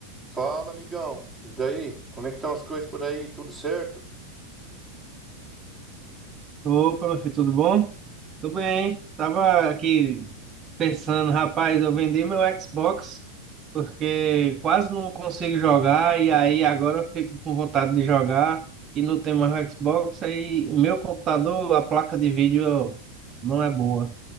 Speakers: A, in the centre; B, on the right.
A: Fala, amigão. E daí? Como é que estão as coisas por aí? Tudo certo?
B: Opa, meu filho, tudo bom? Tudo bem. Tava aqui pensando, rapaz, eu vendi meu Xbox porque quase não consigo jogar e aí agora eu fico com vontade de jogar e não tem mais Xbox, aí o meu computador, a placa de vídeo não é boa.